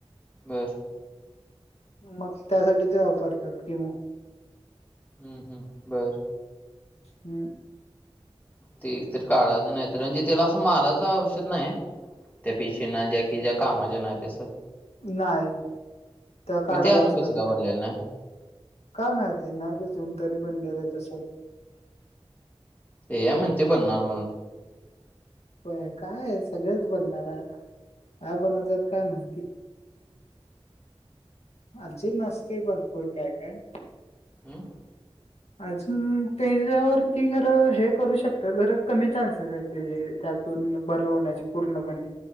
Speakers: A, on the left; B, on the left.
A: बर
B: मग त्यासाठी ते वापरतात किमो.
A: हम्म हम्म बरं.
B: हम्म
A: ते एकतर काढायचं नाही तर म्हणजे त्याला असं मारायचं औषध नाही. त्या पिशी ना ज्या कि ज्या कामाच्या नाहीत अस
B: नाही त्या काढायलाच
A: मग ते अजून
B: लागत.
A: कसं काय बनलेलं नाही
B: का माहीती. नाही काचऊन तरी पण गेलंय तसं.
A: हे या म्हणते बनणार म्हणून.
B: प काय सगळंच बनणार आहे आता. ह बनतात काय माहिती. अजी नस्ते भरपूर काय काय
A: हम्म
B: अजून त्याच्यावरती खरं हे करू शकते. तर खर कमी चान्सेस आहेत त्या जे त्यातून बरं होण्याचे पूर्णपणे.